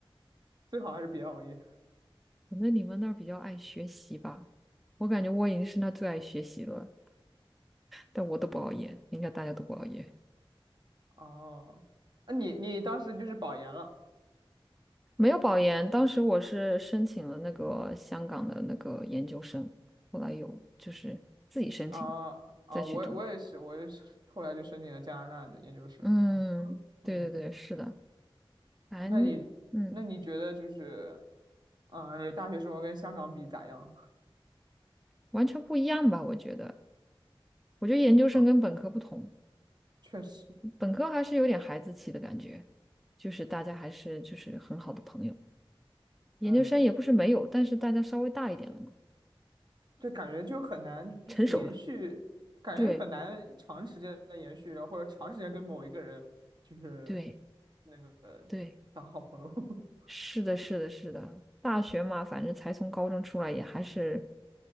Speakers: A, on the right (about 50°); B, in the centre.
A: 最好还是别熬夜。
B: 可能你们那儿比较爱学习吧。我感觉我已经是那最爱学习了，但我都不熬夜，应该大家都不熬夜，
A: 哦，那你你当时就是保研了
B: 没有保研。当时我是申请了那个香港的那个研究生，后来有就是自己申请的，
A: 啊啊，
B: 再去读。
A: 我我也是，我也是后来就申请了加拿大的研究生。
B: 嗯，
A: 哦嗯，
B: 对对对，是的，反正嗯，
A: 啊那你那你觉得就是，啊，你的大学生活跟香港比咋样？
B: 完全不一样吧？我觉得，我觉得研究生跟本科不同，
A: 啊？确实，
B: 本科还是有点孩子气的感觉，就是大家还是就是很好的朋友。研究生也不是没有，
A: 嗯，
B: 但是大家稍微大一点了嘛，
A: 就感觉就很难，就是延续，
B: 成熟了。
A: 感觉很难长时间的延续，
B: 对
A: 然后或者长时间跟某一个人就是
B: 对。
A: 那个当好朋友，
B: 对
A: <laughs>
B: 是的，是的，是的，大学嘛，反正才从高中出来，也还是